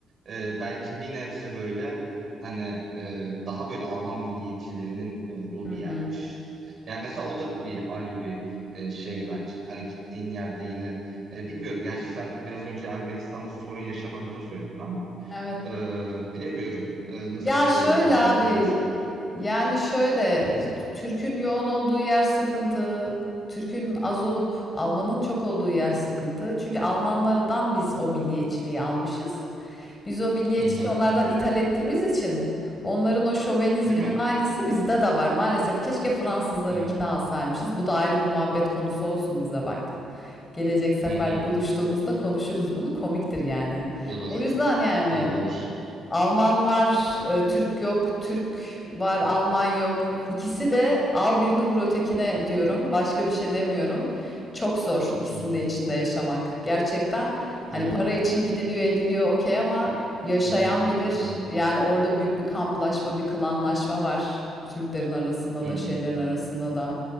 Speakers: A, on the right; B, on the left.
A: e, belki bir nebze böyle hani e, daha böyle Alman milliyetçilerinin olduğu
B: Hı
A: bir
B: hı.
A: yermiş. Yani mesela o da bir ayrı bir e, şey bence. Hani gittiğin yerde yine e, bilmiyorum. Gerçi sen biraz önce Ermenistan'da sorun yaşamadığını söyledin ama
B: Evet.
A: e, bilemiyorum. E, nasıl
B: Ya
A: bir şey
B: şöyle
A: olurdu hani
B: abi
A: gidilse.
B: yani şöyle Türk'ün yoğun olduğu yer sıkıntı. Türk'ün az olup Alman'ın çok olduğu yer sıkıntı. Çünkü Almanlardan biz o milliyetçiliği almışız. Biz o milliyetçiliği
A: Hı hı.
B: onlardan ithal ettiğimiz için onların o şovenizminin
A: Değil mi?
B: aynısı bizde de var. Maalesef keşke Fransızlarınkini
A: Hı hı.
B: alsaymışız. Bu da ayrı bir muhabbet konusu olsun bize bak. Gelecek sefer
A: Hı hı.
B: buluştuğumuzda konuşuruz bunu. Komiktir yani.
A: Olur.
B: O yüzden yani
A: Olur olur.
B: Alman var, e, Türk yok, Türk var, Alman yok. İkisi de al birini vur ötekine diyorum. Başka bir şey demiyorum. Çok zor ikisinin
A: Hı hı.
B: de içinde yaşamak. Gerçekten hani
A: Değil mi?
B: para için gidiliyor, ediliyor okey ama yaşayan
A: Hı hı.
B: bilir.
A: Hı hı.
B: Yani orada büyük bir kamplaşma, bir klanlaşma var. Türklerin arasında
A: Hı
B: da,
A: hı.
B: şeylerin arasında da.